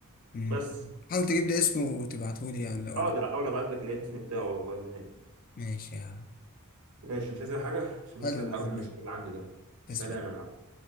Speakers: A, on the left (about 40°); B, on the right (about 80°).
A: امم.
B: بس
A: حاول تجيب لي اسمه وتبعته لي يعني لو عرفت
B: اقدر احاول ابعت لك الاسم بتاعه والله من عيني
A: ماشي يا عم
B: ماشي مش عايز أي حاجه عشان
A: حلو
B: بس أنا
A: الموضوع
B: هروح المشوار اللي عندي ده
A: تسلم
B: سلام يا معلم